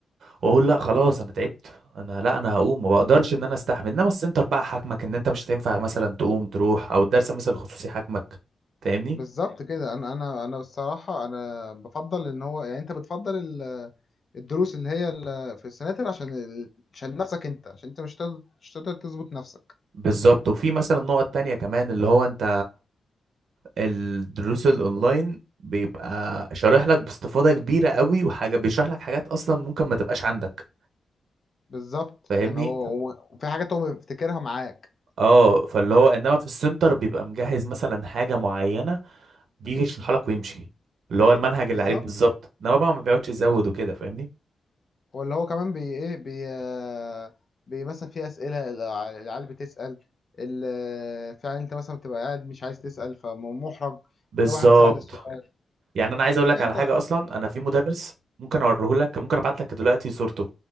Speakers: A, on the right; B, on the left.
A: واقول لا خلاص انا تعبت انا لا انا هقوم ما بقدرش ان انا استحمل انما السنتر بقى حاكمك ان انت مش هتنفع مثلا تقوم تروح او الدرس مثلا الخصوصي حاكمك فاهمني
B: بالظبط كده انا انا انا الصراحه انا بفضل ان هو يعني انت بتفضل ال- الدروس اللي هي ال- في السناتر عشان ال- عشان نفسك انت عشان انت مش تقدر مش تقدر تظبط نفسك
A: بالظبط وفي مثلا نقط تانية كمان اللي هو انت الدروس الاونلاين بيبقى شارح لك باستفاضة كبيرة قوي وحاجة بيشرح لك حاجات اصلا ممكن ما تبقاش عندك
B: بالظبط
A: فاهمني
B: يعني هو هو- وفي حاجات هو بيفتكرها معاك
A: اه فاللي هو انما في السنتر بيبقى مجهز مثلا حاجة معينة بيجي يشرح لك ويمشي اللي هو المنهج اللي
B: بالظبط
A: عليك بالظبط انما بقى ما بيقعدش يزود وكده فاهمني
B: ولا هو كمان بي ايه بي آه، بي مثلا في اسئله الع- العيال بتسال ال- فعلا انت مثلا بتبقى قاعد مش عايز تسال فمحرج
A: بالظبط
B: تلاقي واحد سال السؤال
A: يعني انا عايز اقول
B: لكن
A: لك
B: انت
A: على حاجه اصلا انا في مدرس ممكن اوريه لك ممكن ابعت لك دلوقتي صورته